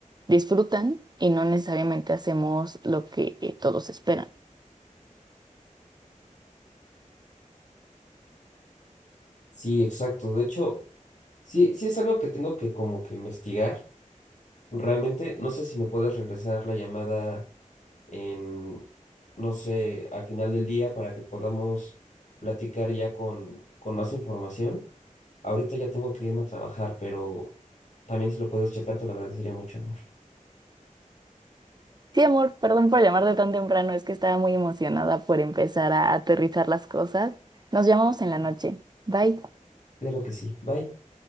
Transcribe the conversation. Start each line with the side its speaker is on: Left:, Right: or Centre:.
Right: disfrutan y no necesariamente hacemos lo que eh, todos esperan.
Left: Sí, exacto. De hecho, sí, sí es algo que tengo que como que investigar. Realmente, no sé si me puedes regresar la llamada en, no sé, al final del día para que podamos platicar ya con, con más información. Ahorita ya tengo que irme a trabajar, pero también si lo puedes checar, te lo agradecería mucho, amor.
Right: Sí, amor, perdón por llamarte tan temprano, es que estaba muy emocionada por empezar a aterrizar las cosas. Nos llamamos en la noche. Bye.
Left: Claro que sí. Bye.